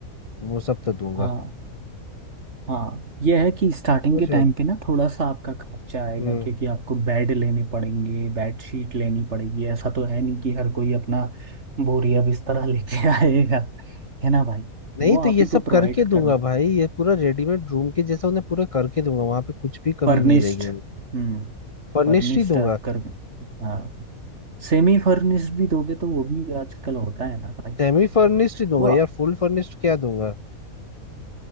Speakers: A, on the left; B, on the right.
A: वो सब तो दूंगा
B: हाँ हाँ ये है कि स्टार्टिंग
A: समझो
B: के टाइम पे ना थोड़ा सा आपका खर्चा आएगा
A: हम्म
B: क्योंकि आपको बेड लेने पड़ेंगे बेड शीट लेनी पड़ेगी ऐसा तो है नहीं कि हर कोई अपना बोरिया बिस्तर लेके <laughs> आएगा है ना भाई
A: नहीं
B: वो आप
A: तो ये
B: ही
A: सब
B: को प्रोवाइड
A: करके
B: करना
A: दूंगा भाई ये पूरा रेडीमेड रूम के जैसा उन्हें पूरा करके दूंगा वहां पे कुछ भी कमी
B: फर्निश्ड
A: नहीं रहेगी उन्हें
B: हम्म
A: फर्निश्ड
B: फर्निश्ड
A: ही दूंगा
B: आप कर हाँ सेमी फर्निश्ड भी दोगे तो वो भी आजकल होता है ना भाई
A: सेमी फर्निश्ड ही दूंगा
B: वो
A: यार फुल फर्निश्ड क्या दूंगा